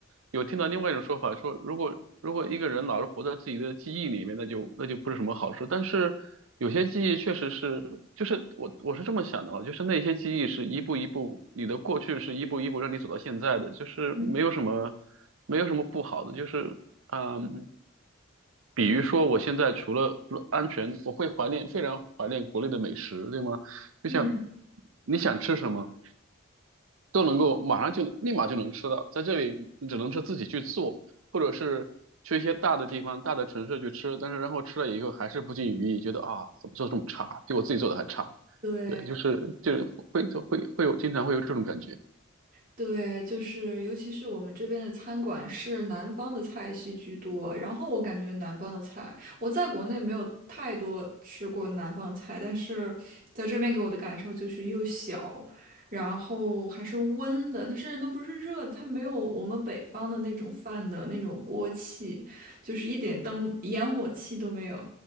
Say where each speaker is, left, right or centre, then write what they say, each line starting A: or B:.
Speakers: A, on the right; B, on the right.
A: 有听到另外一种说法，说如果如果一个人老是活在自己的记忆里面，那就那就不是什么好事。但是有些记忆确实是，就是我我是这么想的啊，就是那些记忆是一步一步，你的过去是一步一步让你走到现在的，就是没有什么
B: 嗯，
A: 没有什么不好的，就是嗯。比如说，我现在除了除了安全，我会怀念，非常怀念国内的美食，对吗？就像
B: 嗯，
A: 你想吃什么，都能够马上就立马就能吃到，在这里你只能是自己去做，或者是去一些大的地方、大的城市去吃，但是然后吃了以后还是不尽如意，觉得啊，怎么做这么差，比我自己做的还差。
B: 对。
A: 对，就是就是会会会有经常会有这种感觉，
B: 对，就是尤其是我们这边的餐馆是南方的菜系居多，然后我感觉南方的菜，我在国内没有太多吃过南方的菜，但是在这边给我的感受就是又小，然后还是温的，它甚至都不是热的，它没有我们北方的那种饭的那种锅气，就是一点灯烟火气都没有。